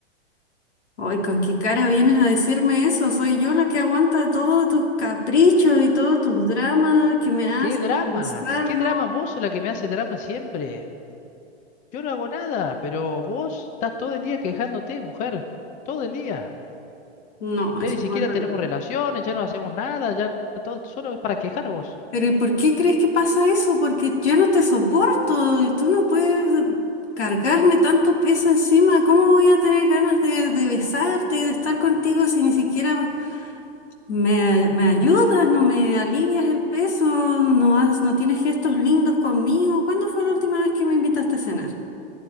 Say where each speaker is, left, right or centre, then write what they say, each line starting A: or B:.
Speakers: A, on the left; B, on the left.
A: Ay, ¿con qué cara vienes a decirme eso? Soy yo la que aguanta todos tus caprichos y todos tus dramas que me haces
B: ¿Qué dramas?
A: cuando salgo.
B: ¿Qué dramas? Vos sos la que me hace drama siempre. Yo no hago nada, pero vos estás todo el día quejándote, mujer. Todo el día.
A: No, eso
B: Ya ni siquiera
A: no es verdad.
B: tenemos relaciones, ya no hacemos nada, ya todo solo es para quejar vos.
A: Pero ¿y por qué crees que pasa eso? Porque yo no te soporto y tú no puedes cargarme tanto peso encima. ¿Cómo voy a tener ganas de, de besarte y de estar contigo si ni siquiera me, me ayudas, no me alivias el peso, no has, no tienes gestos lindos conmigo? ¿Cuándo fue la última vez que me invitaste a cenar?